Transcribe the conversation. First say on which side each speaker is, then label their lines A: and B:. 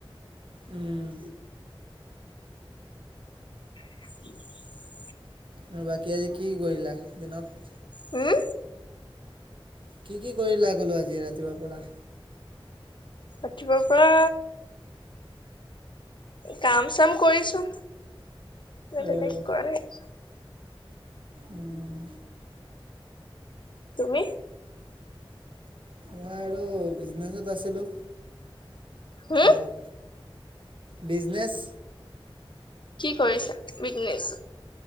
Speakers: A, on the right; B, on the left.
A: উম,
B: <inaudible>
A: আৰু বাকী আজি কি কি কৰিলা দিনত?
B: হুম?
A: কি কি কৰিলা ক'লো আজি ৰাতিপুৱাৰ পৰা।
B: ৰাতিপুৱাৰ পৰা কাম চাম কৰিছো, বেলেগ
A: অ',
B: কৰা নাই।
A: উম,
B: তুমি?
A: মই আৰু বিজনে নেচত আছিলোঁ।
B: হোম?
A: অলপ বিজনেছ।
B: কি কৰিছা, বিজনেছ?